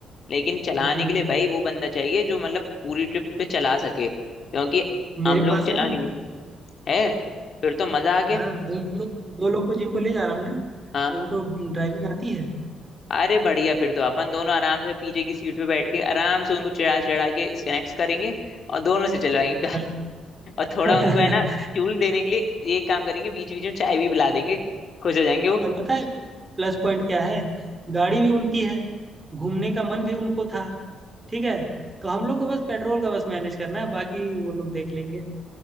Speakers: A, on the left; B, on the right.
A: लेकिन चलाने
B: जी
A: के लिए
B: जी
A: भाई वो बंदा चाहिए जो मतलब पूरी ट्रिप पे चला सके क्योंकि
B: मेरे
A: हम लोग
B: पास
A: चला
B: है ना
A: नहीं है फिर तो मजा आ गया
B: हाँ दो लोग दो लोग को जिनको ले जा रहा हूँ ना
A: हाँ
B: तो उनको ड्राइविंग आती है
A: अरे बढ़िया फिर तो अपन दोनों आराम से पीछे की सीट पे बैठ के आराम से उनको चढ़ा चढ़ा के स्नैक्स करेंगे और दोनों से चलवाएंगे कार
B: हाँ।
A: <laughs> और थोड़ा
B: <laughs>
A: उनको है ना फ्यूल देने के लिए ये काम करेंगे बीच बीच में चाय भी पिला देंगे खुश हो जाएंगे वो
B: और पता है प्लस पॉइंट क्या है गाड़ी भी उनकी है घूमने का मन भी उनको था ठीक है तो हम लोग को बस पेट्रोल का बस मैनेज करना है बाकी वो लोग देख लेंगे